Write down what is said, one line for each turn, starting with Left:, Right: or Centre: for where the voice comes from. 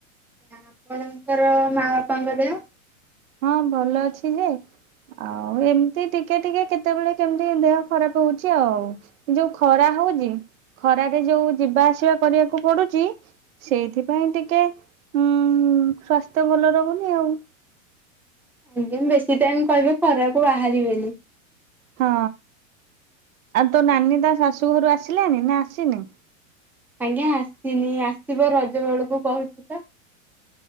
Centre: ଆପଣଙ୍କର ମା ବାପାଙ୍କ ଦେହ?
Right: ହଁ, ଭଲ ଅଛି ଯେ ଆଉ ଏମିତି ଟିକେ ଟିକେ କେତେବେଳେ କେମିତି ଦେହ ଖରାପ ହଉଛି ଆଉ। ଯୋଉ ଖରା ହଉଛି। ଖରାରେ ଯୋଉ ଯିବା ଆସିବା କରିବାକୁ ପଡୁଛି। ସେଇଥିପାଇଁ ଟିକେ ଉଁ ସାସ୍ଥ୍ୟ ଭଲ ରହୁନି ଆଉ।
Centre: ଆଜ୍ଞା, ମୁଁ ବେଶୀ ଟାଇମ କହିବେ ଖରାକୁ ବାହାରିବେନି।
Right: ହଁ, ଆଉ ତୋ ନାନୀ ତା ଶାଶୁ ଘରୁ ଆସିଲାଣି ନା ଆସିନି।
Centre: ଆଜ୍ଞା, ଆସିନି ଆସିବ ରଜ ବେଳକୁ କହୁଛି ତ।